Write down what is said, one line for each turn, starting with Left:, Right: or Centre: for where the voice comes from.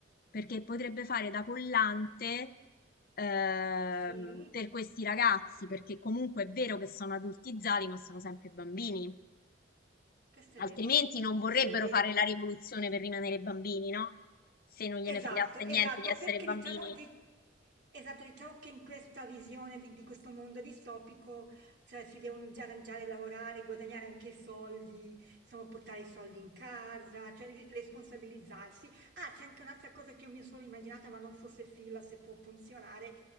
Left: perché potrebbe fare da collante. ehm,
Right: Sì,
Left: per questi ragazzi, perché comunque è vero che sono adultizzati, ma sono sempre bambini.
Right: questo
Left: Altrimenti
Right: è vero,
Left: non vorrebbero
Right: questo è vero.
Left: fare la rivoluzione per rimanere bambini, no? Se non gliene
Right: Esatto,
Left: fregasse
Right: esatto,
Left: niente di essere
Right: perché
Left: bambini.
Right: diciamo, di- esatto, diciamo che in questa visione di, di questo mondo distopico, cioè si devono già arrangiare, lavorare, guadagnare anche i soldi, insomma, portare i soldi in casa, cioè ri- responsabilizzarsi. Ah, c'è anche un'altra cosa che io mi sono immaginata, ma non so se fila, se può funzionare,